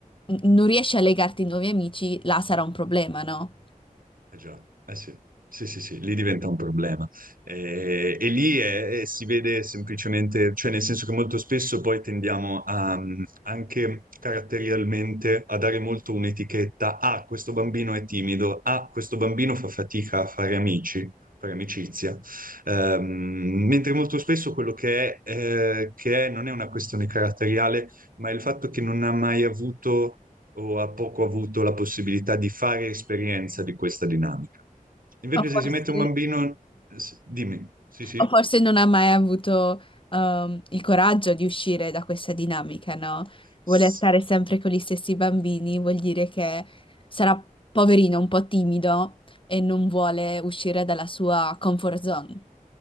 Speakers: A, on the left (about 35°); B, on the right (about 75°).
A: non riesci a legarti ai nuovi amici, là sarà un problema, no?
B: Eh già, eh sì, sì, sì, sì, lì diventa un problema. Eh, E, lì è- è- si vede semplicemente, cioè nel senso che molto spesso poi tendiamo a, mm, anche caratterialmente a dare molto un'etichetta, ah, questo bambino è timido, ah, questo bambino fa fatica a fare amici, fare amicizia. Ehm, mentre molto spesso quello che è, eh, che è non è una questione caratteriale, ma è il fatto che non ha mai avuto o ha poco avuto la possibilità di fare esperienza di questa dinamica. Invece
A: Ma forse,
B: se si mette un bambino, s- dimmi, sì,
A: O forse non ha mai avuto ehm, il coraggio di uscire da questa dinamica, no? Vuole
B: sì.
A: stare sempre con gli stessi bambini, vuol dire che sarà poverino, un po' timido e non vuole uscire dalla sua comfort zone.